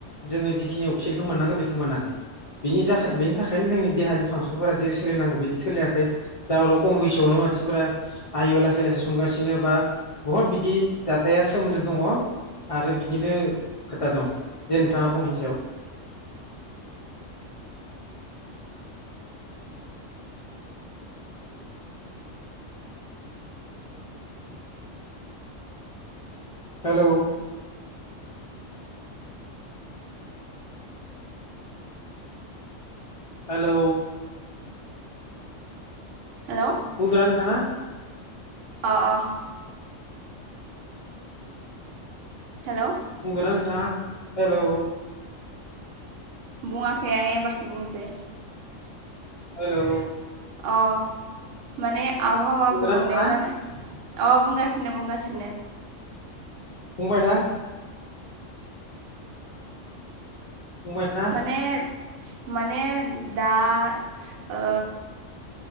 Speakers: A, on the left; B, on the right.
A: जोङो जिखिनि अक्सिजेनखौ मोननांगौ बेखौ मोनाखै। बेनि जाखाय
B: उम
A: बेनि थाखायनो जोंनि देहानि फांसनफोरा जेरै सोलिनांगौ बिदि सोलियाखै जाउनाव खम बैसोआवनो मानसिफोरा आयु लासै लासै संगासिनो बा बुहुद बिदि जाथाया सोमोन्दो दङ आरो बिदिनो खोथा दङ जे नोंथाङा बुं इनि सायाव। हेलौ, हेलौ,
B: हेलौ,
A: बुंदोना नोंथाङा?
B: अ अ हेलौ,
A: बुंदोंना नोंथाङा हेलौ,
B: बुङाखै आं एबारसो बुंनिसै,
A: हेलौ
B: अ माने आबहावा
A: बुंदोना
B: गुबुंले
A: नोंथाङा
B: जानो, अ बुंगासिनो-बुंगासिनो,
A: बुंबाय था बुंबाय था
B: माने माने दा ओ